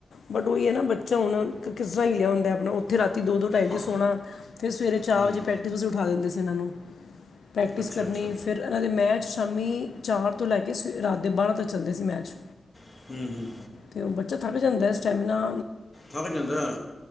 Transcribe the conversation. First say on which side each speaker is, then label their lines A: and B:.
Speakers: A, on the left; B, on the left.
A: ਬਟ ਓਈ ਐ ਨਾਂ ਬੱਚਾ ਹੁਣ ਕਿਸ ਤਰ੍ਹਾਂ ਹੀਲਿਆ ਹੁੰਦਾ ਆਪਣਾ ਉੱਥੇ ਰਾਤੀ ਦੋ- ਦੋ ਢਾਈ ਵਜੇ
B: ਹਾਂ
A: ਸੋਣਾ ਫੇਰ ਸਵੇਰੇ ਚਾਰ
B: ਹਾਂਜੀ
A: ਵਜੇ ਪ੍ਰੈਕਟਿਸਸੀ ਵਾਸਤੇ ਉਠਾ ਦਿੰਦੇ ਸੀ ਐਨਾ ਨੂੰ ਪ੍ਰੈਕਟਿਸ
B: ਅੱਛਾ
A: ਕਰਨੀ
B: ਅੱਛਾ
A: ਫੇਰ ਐਨਾ ਦੇ ਮੈਚ ਸ਼ਾਮੀ ਚਾਰ ਤੋਂ ਲੈ ਕੇ ਸਵੇ ਰਾਤ ਦੇ ਬਾਰਾਂ ਤਕ ਚਲਦੇ ਸੀ ਮੈਚ
B: ਹੂੰ ਹੂੰ
A: ਤੇ ਓ ਬੱਚਾ ਥੱਕ ਜਾਂਦਾ ਸਟੈਮਨਾ
B: ਥਕ ਜਾਂਦਾ ਐ